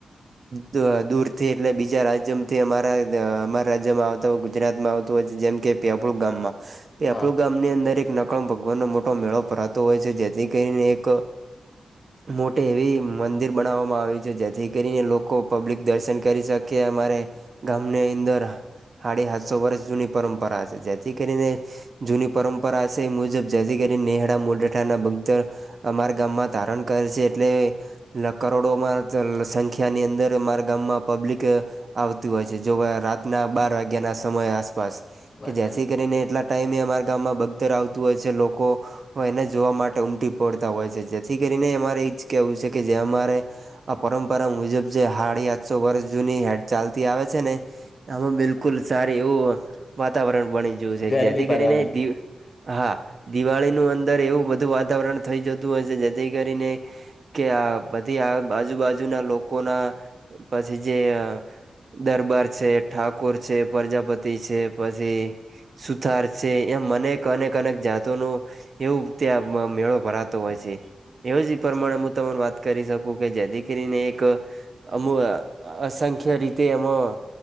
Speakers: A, on the right; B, on the left.
A: દ, દુર થી એટલે બીજા રાજ્યમથી અમારા, અમારા જેવા આવતા ગુજરાતમાં આવતું હોય છે, જેમ કે પેંપળુ ગામમાં પેપળુ
B: હા
A: ગામની અંદર એક નકણ ભગવાન નો મોટો મેળો ભરાતો હોય છે, જેથી કરીને એક મોટી એવી મંદિર બણાવામાં આવે છે, જેથી કરી એ લોકો પબ્લિક દર્શન કરી શકીએ, અમારે ગામની અંદર હાળી હાતસો વરસ જૂની પરંપરા સે, જેથી કરીને જૂની પરં પરાશેય એ મુજબ જેથી કરી નેહળા મોડઠાના બકતર અમારા ગામમાં તારણ કર છે, એટલે લકરોડોમાં ચલ સંખ્યાની અંદર અમાર ગામમાં પબ્લિક આવતી હોય છે, જોવા રાતના બાર વાગ્યાના સમય આસપાસ
B: બરાબર
A: કે જ્યાં થી કરીને એટલા ટાઈમે એ અમારા ગામમાં બકતર આવતું હોય છે, લોકો હોય એને જોવા માટે ઉમટી પળતા હોય છે, જેથી કરીને અમારે ઈચ કેવું છે, કે જે અમારે આ પરંપરા મુજબ જે હાળી આતસો વરસ જૂની હેડ ચાલતી આવે છે, ને આમાં બિલકુલ સારી એવું વાતાવરણ બણી જયું છે,
B: ગરમી
A: જેથી
B: પડે
A: કરીને દી હા, દિવાળીનું અંદર એવું બધું વાતાવરણ થઈ જતું હોય છે, જેથી કરીને કે આ બધી આ બાજુ-બાજુના લોકો ના પછી જે અ, દરબાર છે, ઠાકોર છે, પરજાપતિ છે, પછી સુથાર છે, એમ મને અનેક-અનેક જાતો નો ત્યાં મ, મેળો ભરાતો હોય છે. એવ જ પ્રમાણે હું તને વાત કરી શકું કે જેથી કરીને એક અમુ અસંખ્ય રીતે એમાં